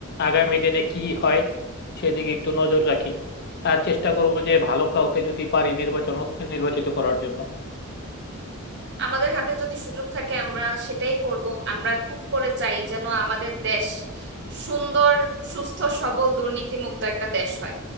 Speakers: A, on the left; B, on the right.
A: আগামী দিনে কি হয় সেদিকে একটু নজর রাখি আর চেষ্টা করবো যে ভালো কাউকে যদি পারি নির্বাচন নির্বাচিত করার জন্য
B: আমাদের হাতে যদি সুযোগ থাকে আমরা সেটাই করব আমরা খুব করে চাই যেন আমাদের দেশ সুন্দর সুস্থ সবল দুর্নীতিমুক্ত একটা দেশ হয়